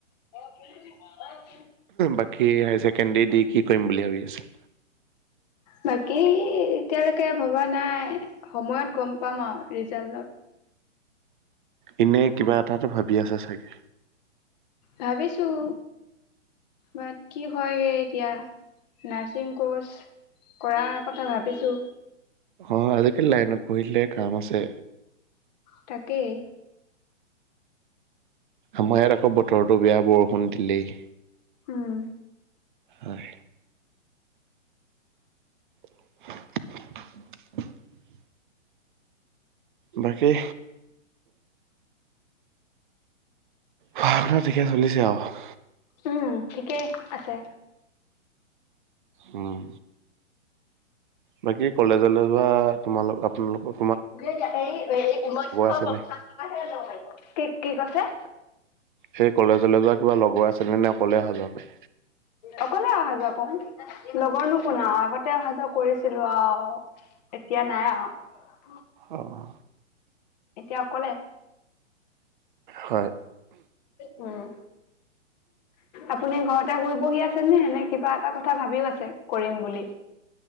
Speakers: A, on the left; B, on the right.
A: <inaudible>
B: বাকী হায়াৰ চেকেণ্ডেৰী দি কি কৰিম বুলি ভাবি আছা।
A: বাকী এতিয়ালৈকে ভবা নাই, সময়ত গম পাম আৰু ৰিজাল্টত।
B: এনে কিবা এটাাত ভাবি আছে চাগে।
A: ভাবিছোঁ, বাট কি হয় এতিয়া, নাৰ্ছিং ক'ৰ্ছ কৰাৰ কথা ভাবিছোঁ।
B: অ', আজিকালি লাইনত পঢ়িলে কাম আছে।
A: তাকেই।
B: আমাৰ ইয়াত আকৌ বতৰটো বেয়া বৰষুণ দিলেই।
A: উম
B: হয়। <inaudible> বাকী? <unintelligible> ঠিকেই চলিছে আৰু।
A: উম ঠিকেই আছে।
B: উম। বাকী কলেজলে <unintelligible> তোমালোক <unintelligible> আপোনালোকক।
A: <unintelligible> এই ঊনৈশ
B: আছে
A: পঞ্চাছ
B: নে?
A: টকা হে লব পাৰিব। কি, কি কৈছে?
B: সেই কলেজলৈ যোৱা কিবা লগৰ আছে নে নাই, অকলে অহাযোৱা কৰা?
A: অকলে <inaudible> লগৰনো কোন আ আগতে অহা কৰিছিলো। অ, এতিয়া নাই আৰু।
B: অ'।
A: এতিয়া অকলে।
B: হয়।
A: হম। আপুনি ঘৰতে শুই বহি আছে নে, এনে কিবা এটা কথা ভাবিও আছে কৰিম বুলি?